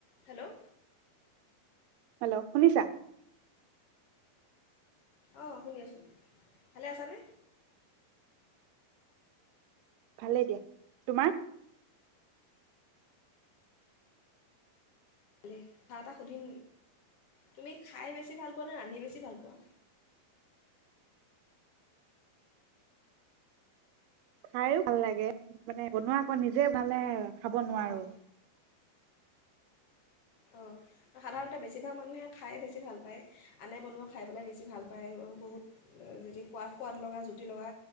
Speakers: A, on the left; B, on the right.
A: Hello
B: hello শুনিছা?
A: অঁ শুনি আছোঁ, ভালে আছানে?
B: ভালেই দিয়া, তোমাৰ?
A: ভালে। কথা এটা সুধিম, তুমি খাই বেছি ভাল পোৱা নে ৰান্ধি বেছি ভাল পোৱা?
B: খাইও ভাল লাগে মানে বনোৱা আকৌ নিজে মানে খাব নোৱাৰো।
A: অঁ অঁ সাধাৰণতে বেছিভাগ মানুহে খাই বেছি ভাল পায়, আনে বনোৱা খাই পেলাই বেছি ভাল পায় বহুত যদি খোৱা সোৱাদ লগা জুতি লগা